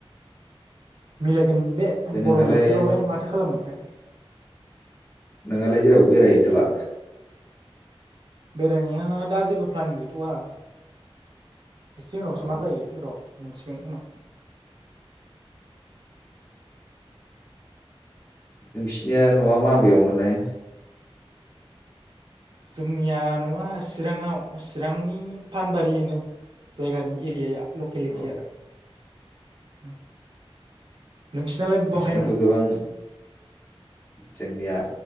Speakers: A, on the right (about 50°); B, on the left (about 20°).
A: मिलाय गोन बे
B: ओमफ्राय नोंहालाय
A: गरम बोथोरावलाय माथो खालामनो?
B: नोंहालाय जेराव बेरायहैथ'ला?
A: बेरायनाया दा जेबो प्लानिं गैथ'वा एसे उनावसो
B: औ
A: मा जायो र'। मोनथिगोन उनाव।
B: नोंसिनिया न'आ माबेयावमोनलाय?
A: जोंनिया नङा चिराङाव चिरांनि फानबारियो जायगानि एरियाया लकेलिटिया
B: औ
A: <unintelligible> नोंसिनालाय
B: नोंसिनाथ'
A: बहायमोन?
B: गोबां जोंनिया